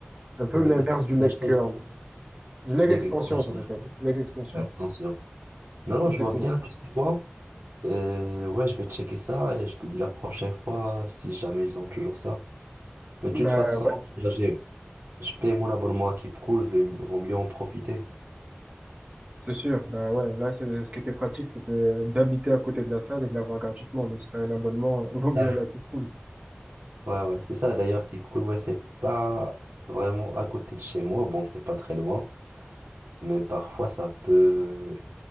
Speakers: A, on the right; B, on the right.
A: Un peu
B: Le-
A: l'inverse
B: le-
A: du leg
B: la chaîne,
A: curl. Du leg
B: Leg
A: extension,
B: extension.
A: ça s'appelle.
B: Leg
A: Leg extension.
B: Extension. Attention. Non, non,
A: Exactement.
B: je vois bien, tu sais quoi? Et ouais, je vais checker ça et je te dis la prochaine fois si jamais ils ont toujours ça. Mais de
A: Ben
B: toute façon,
A: ouais.
B: là, j'ai- je paye mon abonnement à Keep Cool, vaut vaut mieux en profiter.
A: C'est sûr, ben ouais, là, c'est, ce qui était pratique, c'était euh, d'habiter à côté de la salle et de l'avoir gratuitement. Mais si t'as un abonnement, <laughs> vaut mieux
B: Ah.
A: aller à Cuc Cool.
B: Ouais, ouais, c'est ça. D'ailleurs, Keep Cool, ouais, c'est pas vraiment à côté de chez moi. Bon, c'est pas très loin, mais parfois ça peut,